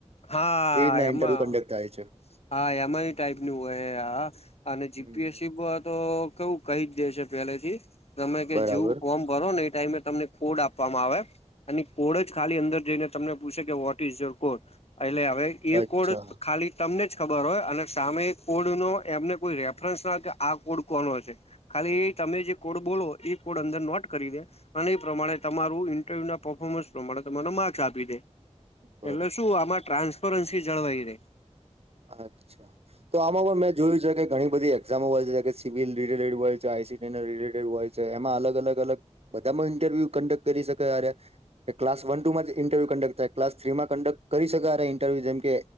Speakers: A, on the left; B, on the right.
A: હા
B: એ રીતના
A: એમાં
B: ઇન્ટરવ્યુ કન્ડક્ટ થાય છે.
A: હા એમાઈ ટાઈપ નું હોય હા અને
B: હમ,
A: જીપીએસસી તો કેવું કહી જ દે છે પેલે થી તમે કે
B: બરાબર
A: જેવું ફોર્મ કરો ને એ ટાઈમે તમને કોડ આપવામાં આવે અને કોડ જ ખાલી અંદર જઈને તમને પૂછે કે વોટ ઇઝ યોર કોડ એટલે હવે ઈ
B: અચ્છા
A: કોડ ખાલી તમને જ ખબર હોય અને સામે કોડ નો એમને કોઈ રેફરન્સ ના હોય કે આ કોડ કોનો છે. ખાલી એ તમે જે કોડ બોલો એ કોડ અંદર નોટ કરી દે અને એ પ્રમાણે તમારું ઇન્ટરવ્યુ ના પર્ફોર્મન્સ પ્રમાણે તમને માર્ક્સ આપી દે.
B: બરાબર
A: એટલે શું આમાં ટ્રાન્સપરન્સી જળવાઈ રે
B: અચ્છા તો આમાં કો મેચ જોયું છે કે ઘણી બધી એક્ઝામો હોય છે જે કે સિવિલ રિલેટેડ હોય છે આઈસીટી રિલેટેડ હોય છે એમાં અલગ અલગ અલગ બધામાં ઇન્ટરવ્યુ કન્ડક્ટ કરી શકે અરયા કે ક્લાસ વન ટુમાં જ ઇન્ટરવ્યુ કન્ડક્ટ થાય ક્સ થ્રીમાં કન્ડક્ટ કરી શકાય ઇન્ટરવ્યુ જેમ કે